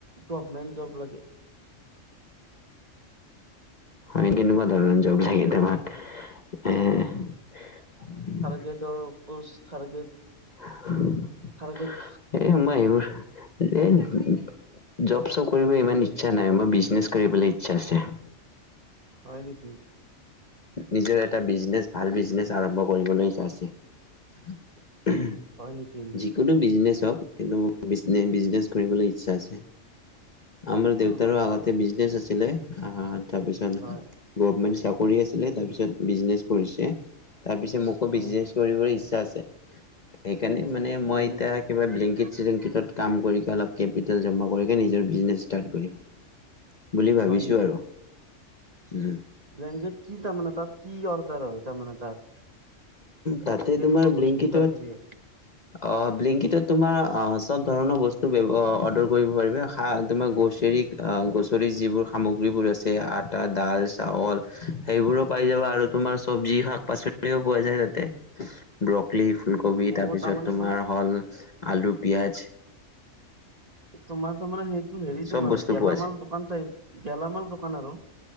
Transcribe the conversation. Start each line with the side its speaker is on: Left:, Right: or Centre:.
Right: গভমেন্ট জব লাগে
Left: মানে কেনেকুৱা ধৰণৰ জব
Right: হয়
Left: লাগে তোমাক? এ
Right: <unintelligible> সেইটো পোষ্ট থাৰ গেট
Left: <unintelligible>
Right: থাৰ্গেট
Left: এ সোমাই এইবোৰ, এই জব-চব কৰিবলৈ ইমান ইচ্ছা নাই। মই বিজনেছ কৰিবলৈ ইচ্ছা আছে।
Right: হয় নিকি?
Left: নিজৰ এটা বিজনেছ, ভাল বিজনেছ আৰম্ভ কৰিবলৈ ইচ্ছা আছে।
Right: হয় নিকি?
Left: কিন্তু বিজনেছ হওক, কিন্তু মোৰ বিজনে-বিজনেছ কৰিবলৈ ইচ্ছা আছে। আমাৰ দেউতাৰো
Right: অ
Left: আগতে বিজনেছ আছিলে। আহ হাঁ তাৰপিছত
Right: হয়
Left: গোভমেণ্ট চা কৰি আছিলে, তাৰপিছত বিজনেছ কৰিছে। তাৰপিছত মোকো বিজনেছ
Right: অ
Left: কৰিবৰ ইচ্ছা আছে, সেইকাৰণে মানে মই
Right: হয়
Left: এতিয়া
Right: নেকি
Left: কিবা ব্লিংকিট চিলিংকিটত কাম কৰি ক অলপ কেপিটেল জমা কৰি কিনে নিজৰ বিজনেছ ষ্টাৰ্ট কৰিম। বুলি ভাবিছো
Right: হয়
Left: আৰু। উম।
Right: ব্লিংকিট কি তাৰমানে তাত কি অৰ্ডাৰ হয়, তাৰমানে তাত?
Left: তাতে
Right: কেনেকুৱা
Left: তোমাৰ ব্লিংকিটত
Right: বস্তু তাত হেৰি হয়
Left: অ', ব্লিংকিটত তোমাৰ আঁ সব ধৰণৰ বস্তু ব্য অ অৰ্ডাৰ কৰিব পাৰিবা, শা- তোমাৰ গ্ৰ'চেৰী অ', গ্ৰ'চেৰী যিবোৰ সামগ্ৰীবোৰ আছে আটা, দাল, চাউল সেইবোৰো পাই যাবা আৰু তোমাৰ সবজি, শাক-পাচলিও পোৱা যায় তাতে। ব্ৰ'কলি, ফুলকবি
Right: অ
Left: তাৰপিছত
Right: তাৰমানে
Left: তোমাৰ হ'ল আলু, পিঁয়াজ।
Right: তোমাৰ তাৰমানে সেইটো হেৰিটো
Left: চব
Right: মানে
Left: বস্তু
Right: গেলামাল
Left: পোৱা যায়।
Right: দোকান টাইপ? গেলামাল দোকান আৰু,